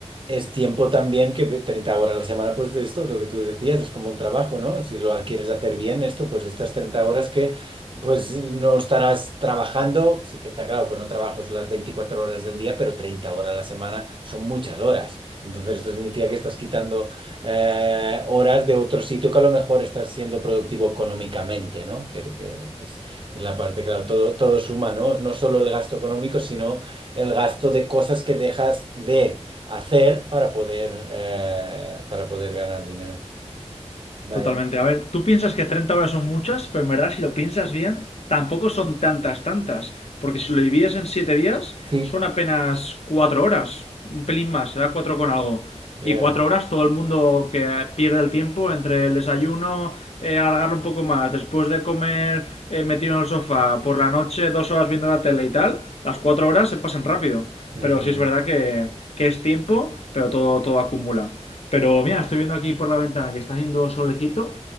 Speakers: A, on the right; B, on the left.
A: es tiempo también que ve- 30 horas a la semana, pues de esto, lo que tú decías, es como un trabajo, ¿no? Si lo quieres hacer bien esto, pues estas 30 horas que pues no estarás trabajando, sí que está claro, pues no trabajas las 24 horas del día, pero 30 horas a la semana son muchas horas. Entonces esto significa que estás quitando eh, horas de otro sitio que a lo mejor estás siendo productivo económicamente, ¿no? Que, que es, es la parte, claro, todo, todo suma, ¿no? No solo el gasto económico, sino el gasto de cosas que dejas de hacer para poder, eh, para poder ganar dinero. Vaya.
B: Totalmente. A ver, tú piensas que 30 horas son muchas, pero en verdad, si lo piensas bien, tampoco son tantas, tantas. Porque si lo divides en 7 días,
A: Sí.
B: son apenas 4 horas. Un pelín más, será 4 con algo.
A: Yeah.
B: Y 4 horas todo el mundo que pierde el tiempo entre el desayuno, eh, alargarlo un poco más, después de comer eh, metido en el sofá, por la noche dos horas viendo la tele y tal, las 4 horas se pasan rápido.
A: Ujú.
B: Pero sí es verdad que, que es tiempo, pero todo, todo acumula. Pero mira, estoy viendo aquí por la ventana que está haciendo solecito